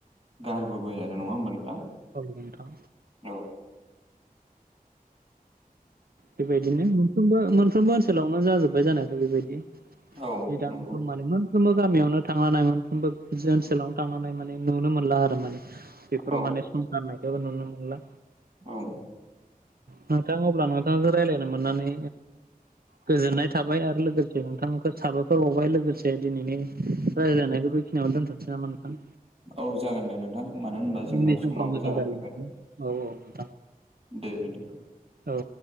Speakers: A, on the right (about 40°); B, on the right (about 80°).
A: गारबोबाय आरो नङा होमबा नोंथां
B: औ नोंथां
A: औ।
B: बेबायदिनो मोनफ्रोमबो मोनफ्रोमबो ओनसोलावनो जाजोब्बाय जानायाथ' बेबायदि <unintelligible>
A: औ नंगौ
B: मानिमोन। मोनफ्रोमबो गामियावनो थांानाय मोनफ्रोमबो ओनसोलावनो थांनानै माने नुनो मोनला आरो माने बेफोराव
A: औ
B: माने समंख मायथाइबो नुनो मोनला
A: औ
B: नोंथां अब्ला नोंथांखौ रायज्लायनो मोननानै गोजोननाय थाबाय आरो लोगोसे नोंथांखौ साबायखर बावबाय लोगोसे दिनैनि रायज्लायनायखौ बे दोनथनोसै नामा नोंथां।
A: औ जागोन दे नोंथां मानो होनबा जोंना
B: उननि समफ्राव
A: समाबो
B: मोजां
A: जाना
B: रायज्लायनो
A: फैबाय
B: औ औ नोंथां
A: दे बेन्दि
B: औ